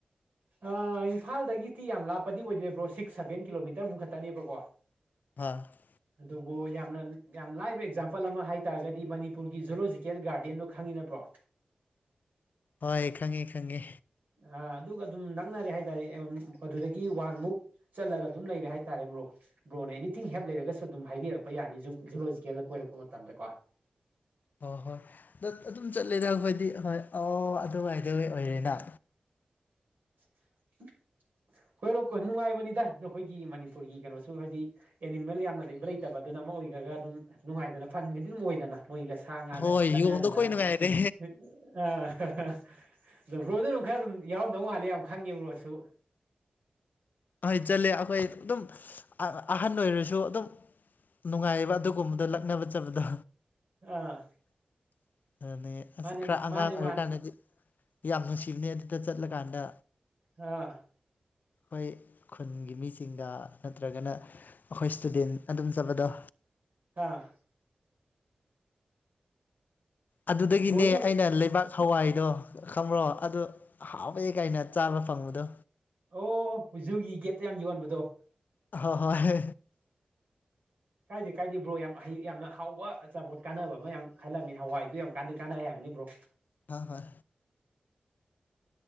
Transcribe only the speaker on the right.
ꯑ ꯏꯝꯐꯥꯜꯗꯒꯤꯗꯤ ꯌꯥꯝ ꯂꯥꯞꯄꯗꯤ ꯑꯣꯏꯗꯔꯦ ꯕ꯭ꯔꯣ ꯁꯤꯛꯁ ꯁꯚꯦꯟ ꯀꯤꯂꯣꯃꯤꯇꯔꯃꯨꯛ ꯈꯛꯇꯅꯦꯕꯀꯣ
ꯑꯗꯨꯕꯨ ꯌꯥꯝꯅ ꯌꯥꯝ ꯂꯥꯏꯕ ꯑꯦꯛꯖꯥꯝꯄꯜ ꯑꯃ ꯍꯥꯏ ꯇꯥꯔꯒꯗꯤ ꯃꯅꯤꯄꯨꯔꯒꯤ ꯖꯨꯂꯣꯖꯤ ꯀꯦꯜ ꯒꯥꯔꯗꯦꯟꯗꯣ ꯈꯪꯉꯤꯅ ꯕ꯭ꯔꯣ
ꯑ ꯑꯗꯨꯒ ꯑꯗꯨꯝ ꯅꯛꯅꯔꯦ ꯍꯥꯏꯇꯥꯔꯦ ꯑꯦꯝ ꯑꯗꯨꯗꯒꯤ ꯋꯥꯟꯃꯨꯛ ꯆꯠꯂꯒ ꯑꯗꯨꯝ ꯂꯩꯔꯦ ꯍꯥꯏꯇꯥꯔꯦ ꯕ꯭ꯔꯣ ꯕ꯭ꯔꯣꯅ ꯑꯦꯅꯤꯊꯤꯡ ꯍꯦꯞ ꯂꯩꯔꯒꯁꯨ ꯑꯗꯨꯝ ꯍꯥꯏꯕꯤꯔꯛꯄ ꯌꯥꯅꯤ ꯖꯨ ꯖꯨꯂꯣꯖꯤꯀꯦꯜꯗ ꯀꯣꯏꯔꯛꯄ ꯃꯇꯝꯗ ꯀꯣ
<unintelligible> ꯀꯣꯏꯔꯣ ꯅꯨꯡꯉꯥꯏꯕꯅꯤꯗ ꯅꯈꯣꯏꯒꯤ ꯃꯅꯤꯄꯨꯔꯒꯤ ꯀꯩꯅꯣꯁꯨ ꯍꯥꯏꯗꯤ ꯑꯦꯅꯤꯃꯦꯜ ꯌꯥꯝꯅ ꯂꯩꯕ ꯂꯩꯇꯕ ꯑꯗꯨꯅ ꯑꯃ ꯑꯣꯏꯈ꯭ꯔꯒ ꯑꯗꯨꯝ ꯅꯨꯡꯉꯥꯏꯗꯅ ꯐꯟ ꯒꯗꯤ ꯑꯗꯨꯝ ꯑꯣꯏꯗꯅ ꯃꯣꯏꯒ ꯁꯥ ꯉꯥꯒ
ꯂꯛꯅꯗꯅ
<unintelligible> ꯑꯗꯣ ꯕ꯭ꯔꯣꯗꯨ ꯑꯗꯨꯝ ꯈꯔ ꯑꯗꯨꯝ ꯌꯥꯎꯔꯝꯗꯧ ꯃꯥꯜꯂꯦ ꯌꯥꯝ ꯈꯪꯉꯦ ꯕ꯭ꯔꯣꯁꯨ
ꯑꯥ
ꯃꯥꯅꯦ
ꯃꯥꯅꯦ
ꯃꯥꯅꯦ
ꯑ
<unintelligible>
ꯕ꯭ꯔꯣꯗꯤ
ꯑꯣ ꯖꯨꯒꯤ ꯒꯦꯠꯇ ꯌꯥꯝ ꯌꯣꯟꯕꯗꯣ
ꯀꯥꯏꯗꯦ ꯀꯥꯏꯗꯦ ꯕ꯭ꯔꯣ ꯌꯥꯝ ꯍꯩ ꯌꯥꯝꯅ ꯍꯥꯎꯕ ꯑꯆꯥꯄꯣꯠ ꯀꯥꯟꯅꯕ ꯑꯃ ꯌꯥꯝ ꯈꯜꯂꯝꯃꯤ ꯍꯋꯥꯏꯗꯨ ꯌꯥꯝ ꯀꯥꯟꯗꯤ ꯀꯥꯟꯅꯩ ꯍꯥꯏꯕꯅꯤ ꯕ꯭ꯔꯣ